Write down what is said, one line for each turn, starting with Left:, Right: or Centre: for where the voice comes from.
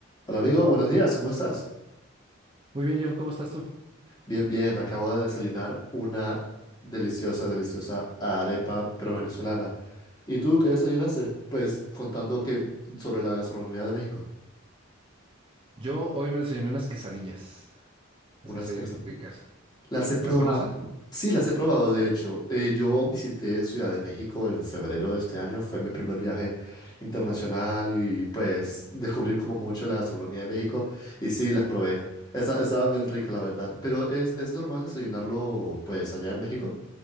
Left: Hola amigo, buenos días, ¿cómo estás?
Right: Muy bien, John, ¿cómo estás tú?
Left: Bien, bien,
Right: Bueno,
Left: acabo de desayunar una deliciosa, deliciosa arepa, pero venezolana. ¿Y tú qué desayunaste? Pues contando que sobre la gastronomía de México,
Right: yo hoy me desayuné unas quesadillas, unas
Left: unas
Right: quesadillas
Left: quesadillas.
Right: muy ricas.
Left: Las he probado.
Right: ¿Las conoces?
Left: Sí, las he probado, de hecho. Eh, yo visité Ciudad de México en febrero de este año, fue mi primer viaje internacional y pues descubrí como mucho la gastronomía de México y sí, las probé. Esta- Estaban bien ricas, la verdad, pero es, es normal desayunarlo pues allá en México.